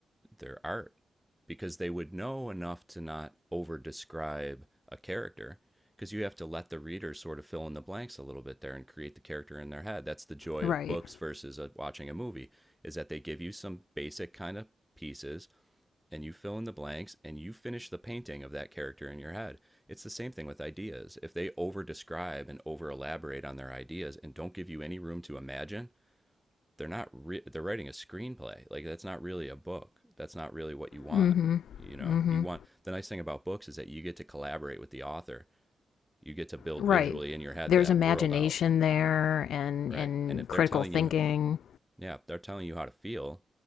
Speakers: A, in the centre; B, on the left.
A: their art because they would know enough to not over describe a character because you have to let the reader sort of fill in the blanks a little bit there and create the character in their head. That's the joy
B: Right.
A: of books versus uh watching a movie is that they give you some basic kind of pieces and you fill in the blanks and you finish the painting of that character in your head. It's the same thing with ideas. If they over describe and over elaborate on their ideas and don't give you any room to imagine, they're not re- they're writing a screenplay. Like that's not really a book. That's not really what you want.
B: mm Mhm.
A: You know,
B: mm Mhm.
A: you want the nice thing about books is that you get to collaborate with the author. You get to build
B: Right.
A: visually in your head
B: There's
A: that
B: imagination
A: world out,
B: there and
A: right?
B: and
A: And if they're
B: critical
A: telling
B: thinking.
A: you, yeah, they're telling you how to feel